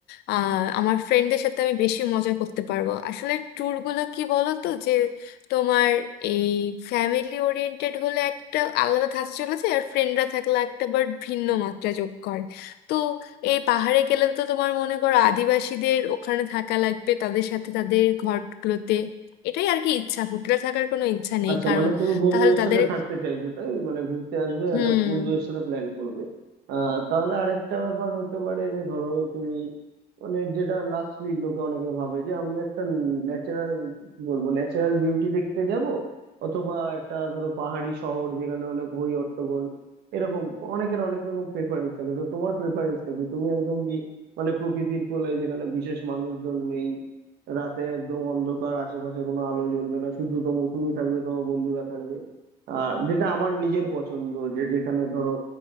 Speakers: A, on the left (about 80°); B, on the right (about 80°).
A: আহ আমার ফ্রেন্ডদের সাথে আমি বেশি মজা করতে পারবো আসলে ট্যুর গুলো কি বলো তো যে তোমার এই ফ্যামিলি ওরিয়েন্টেড হলে একটা আলাদা ধাঁচে চলে যায় আর ফ্রেন্ডরা থাকলে একটা বার ভিন্ন মাত্রা যোগ করে তো এই পাহাড়ে গেলে তো তোমার মনে করো আদিবাসীদের ওখানে থাকা লাগবে তাদের সাথে তাদের ঘরগুলোতে এটাই আর কি ইচ্ছা হোটেলে থাকার কোনো ইচ্ছা নেই
B: আচ্ছা
A: কারণ
B: মানে তুমি বন্ধুদের
A: তাহলে তাদের
B: সাথে থাকতে চাইছো তাই মানে ঘুরতে আসবে
A: হুম
B: একটা বন্ধুদের সাথে প্ল্যান করবে আহ তাহলে আরেকটা ব্যাপার হতে পারে যে ধরো তুমি মানে যেটা লাস্টলি লোকে অনেকে ভাবে যে আমি একটা ন্যাচারাল কি বলবো ন্যাচারাল বিউটি দেখতে যাব অথবা একটা ধরো পাহাড়ি শহর যেখানে অনেক হই হট্টগোল এরকম অনেকের অনেক রকম প্রেফারেন্স থাকে তো তোমার প্রেফারেন্সটা কি তুমি একদম কি মানে প্রকৃতির কোলে যেখানে বিশেষ মানুষজন নেই রাতে একদম অন্ধকার আশেপাশে কোনো আলো জ্বলবে না শুধু তো তুমি থাকবে তোমার বন্ধুরা থাকবে আর যেটা আমার নিজের পছন্দ যে যেখানে ধরো